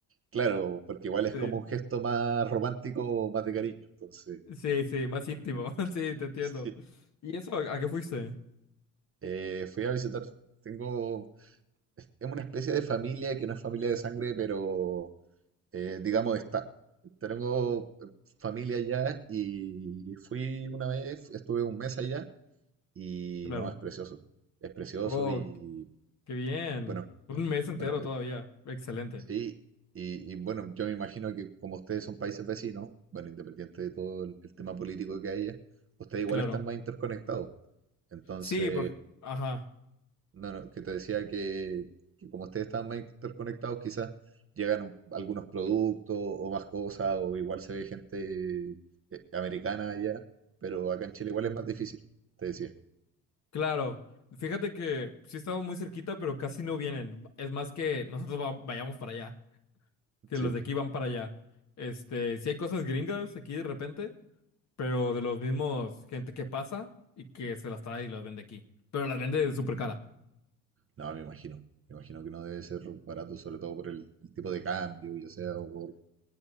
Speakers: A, on the right; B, on the left.
A: claro, porque igual es
B: Sí,
A: como un gesto más romántico, más de cariño, entonces
B: sí, sí, más íntimo. <laughs> Sí, te entiendo.
A: sí.
B: ¿Y eso a, a qué fuiste?
A: Eh, fui a visitar, tengo, es una especie de familia que no es familia de sangre, pero eh, digamos de estar. Tengo eh, familia allá y fui una vez, estuve un mes allá y
B: Claro.
A: no, es precioso es precioso
B: Oh,
A: y
B: qué bien.
A: Bueno,
B: Un mes entero
A: bueno, eh,
B: todavía. Excelente.
A: sí, y, y bueno, yo me imagino que como ustedes son países vecinos, bueno, independiente de todo el, el tema político que haya, ustedes igual
B: Claro.
A: están más interconectados. Entonces,
B: Sí, porque... Ajá.
A: no, no, que te decía que, que como ustedes están más interconectados, quizás llegan un- algunos productos o más cosas, o igual se ve gente eh, americana allá, pero acá en Chile igual es más difícil, te decía.
B: Claro. Fíjate que sí estamos muy cerquita, pero casi no vienen. Es más que nosotros va- vayamos para allá. Que
A: Sí,
B: los de aquí van para allá. Este, sí hay cosas gringas aquí de repente, pero de los mismos gente que pasa y que se las trae y las vende aquí. Pero las vende súper cara.
A: No, me imagino. Me imagino que no debe ser barato, sobre todo por el, el tipo de cambio, ya sea, o por,